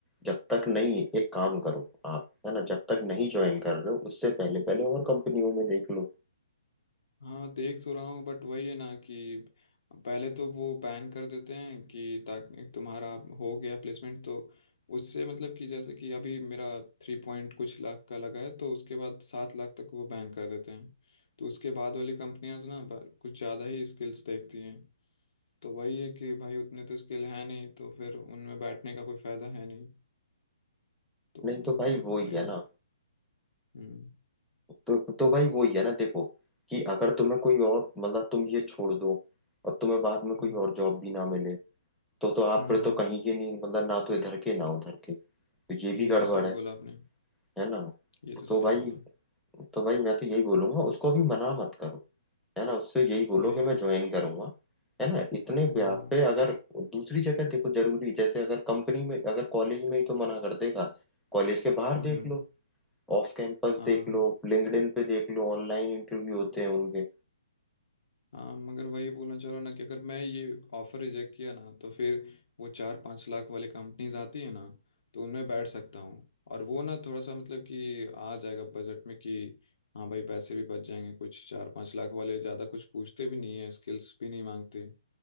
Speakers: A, in the centre; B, on the left (about 65°).
A: जब तक नहीं एक काम करो आप है ना जब तक नहीं ज्वाइन कर रहे हो उससे पहले पहले और कंपनियों में देख लो
B: हाँ देख तो रहा हूँ बट वही है ना कि पहले तो वो बैन कर देते हैं कि ताकि तुम्हारा हो गया प्लेसमेंट तो उससे मतलब कि जैसे कि अभी मेरा थ्री पॉइंट कुछ लाख का लगा है तो उसके बाद सात लाख तक वो बैन कर देते हैं तो उसके बाद वाली कंपनियां ना ब- कुछ ज़्यादा ही स्किल्स देखती हैं तो वही है कि भाई उतने तो स्किल है नहीं तो फिर उनमें बैठने का कोई फायदा है नहीं तो
A: नहीं
B: हम्म,
A: तो भाई वो ही
B: वही
A: है ना
B: हम्म
A: तो तो भाई वो ही है ना देखो कि अगर तुम्हें कोई और मतलब तुम ये छोड़ दो और तुम्हें बाद में
B: हम्म
A: कोई और जॉब भी ना मिले तो तो आप
B: हम्म,
A: फिर तो कहीं के नहीं मतलब ना तो इधर के ना उधर के तो ये
B: ये
A: भी गड़बड़
B: तो सही
A: है
B: बोला आपने
A: है ना
B: ये तो
A: तो
B: सही
A: भाई
B: बोला
A: तो भाई मैं तो यही बोलूंगा उसको भी मना मत करो है ना उससे यही बोलो
B: वही
A: कि मैं ज्वाइन करूंगा है ना इतने ब्याह
B: हाँ
A: पे अगर दूसरी जगह देखो जरूरी जैसे अगर कंपनी में अगर कॉलेज में ही तो मना कर देगा कॉलेज के बाहर
B: हम्म
A: देख लो ऑफ कैंपस
B: हाँ
A: देख लो लिंक्डइन पे देख लो ऑनलाइन इंटरव्यू होते हैं उनके
B: हाँ मगर वही बोलना चाह रहा हूँ ना कि अगर मैं ये ऑफर रिजेक्ट किया ना तो फिर वो चार पाँच लाख वाले कंपनीज आती है ना तो उनमें बैठ सकता हूँ और वो ना थोड़ा सा मतलब कि आ जाएगा बजट में कि हाँ भाई पैसे भी बच जाएंगे कुछ चार पाँच लाख वाले ज़्यादा कुछ पूछते भी नहीं है स्किल्स भी नहीं मांगते